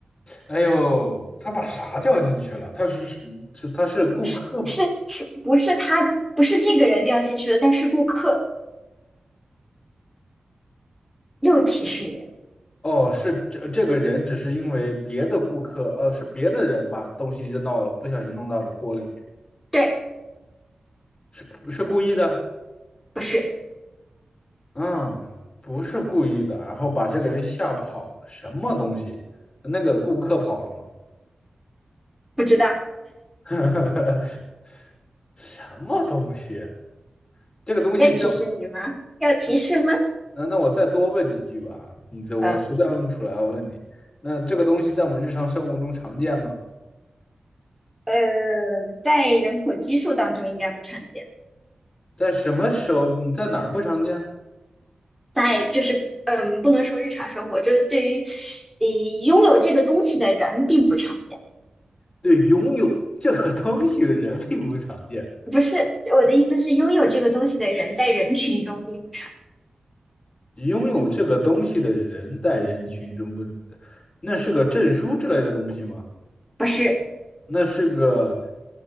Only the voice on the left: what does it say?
哎呦，他把啥掉进去了？他是是他是顾客吧？
哦，是这这个人只是因为别的顾客，呃，是别的人把东西扔到了，不小心弄到了锅里面，
是是故意的？
嗯，不是故意的，然后把这个人吓跑了什么东西？那个顾客跑了吗？
<laughs> 什么东西？这个东西在……
那那我再多问几句吧，你这我实在问不出来，
我问你，那这个东西在我们日常生活中常见吗？
在什么时候，你在哪儿不常见？
对，拥有这个东西的人并不常见，
拥有这个东西的人在人群中不，那是个证书之类的东西吗？
那是个